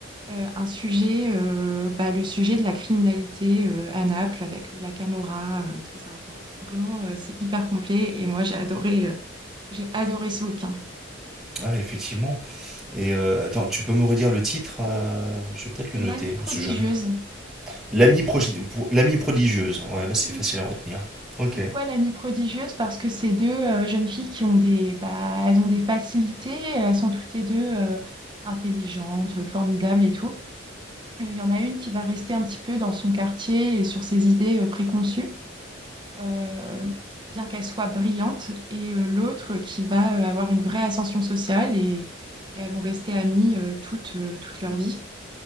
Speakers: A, on the right; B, in the centre.
A: euh, un sujet, euh, bah, le sujet de la criminalité euh, à Naples avec euh, la Camorra, euh, tout ça. Enfin, vraiment, euh, c'est hyper complet et moi j'ai adoré, euh, j'ai adoré ce bouquin.
B: Ah, mais effectivement. Et euh, attends, tu peux me redire le titre euh, Je vais peut-être
A: C'est
B: le noter,
A: L'amie prodigieuse.
B: on sait jamais. L'ami progi-
A: Pour-
B: pro- l'ami prodigieuse. Ouais, bah c'est
A: Oui,
B: facile à retenir. Ok.
A: pourquoi l'amie prodigieuse? Parce que c'est deux euh, jeunes filles qui ont des, bah, elles ont des facilités, elles sont toutes les deux euh, intelligentes, formidables et tout. Euh, Il y en a une qui va rester un petit peu dans son quartier et sur ses idées euh, préconçues. euh, bien qu'elle soit brillante, et euh, l'autre qui va euh, avoir une vraie ascension sociale et, et elles vont rester amies euh, toute, euh, toute leur vie.